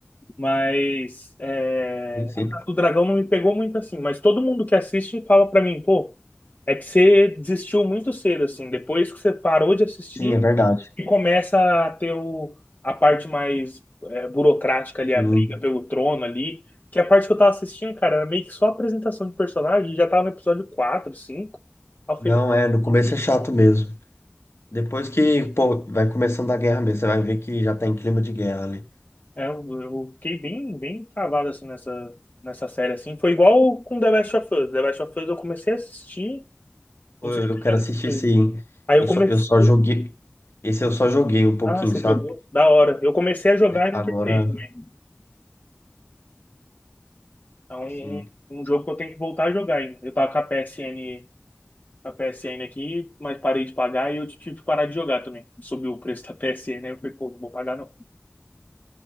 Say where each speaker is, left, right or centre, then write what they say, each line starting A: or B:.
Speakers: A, on the left; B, on the left.
A: Mas é,
B: sim, sim.
A: a Casa do Dragão não me pegou muito assim. Mas todo mundo que assiste fala pra mim, pô, é que você desistiu muito cedo assim. Depois que você parou de assistir,
B: Sim, é verdade.
A: e começa a ter o, a parte mais é, burocrática ali,
B: Sim.
A: a briga pelo trono ali, que é a parte que eu tava assistindo, cara, era meio que só apresentação de personagem, já tava no episódio 4 cinco Aí eu
B: Não,
A: falei, mano,
B: é,
A: que
B: no começo
A: bagulho
B: é chato
A: chato.
B: mesmo. Depois que, pô, vai começando a guerra mesmo, você vai ver que já tá em clima de guerra ali.
A: é, eu, eu fiquei bem, bem travado assim nessa, nessa série, assim. Foi igual com The Last of Us. The Last of Us eu comecei a assistir,
B: Pô,
A: não
B: eu
A: sei se
B: eu
A: você
B: quero
A: já
B: assistir
A: assistiu.
B: esse. hein?
A: Aí
B: Eu
A: eu comecei.
B: só, eu só joguei. Esse eu só joguei um pouquinho,
A: Ah, você
B: sabe?
A: jogou? Da hora. Eu comecei a jogar e
B: Agora,
A: não terminei também. Então,
B: sim.
A: um um jogo que eu tenho que voltar a jogar ainda. Eu tava com a PSN na P S N aqui, mas parei de pagar e eu tive que parar de jogar também. Subiu o preço da P PSN, aí eu falei, pô, não vou pagar não.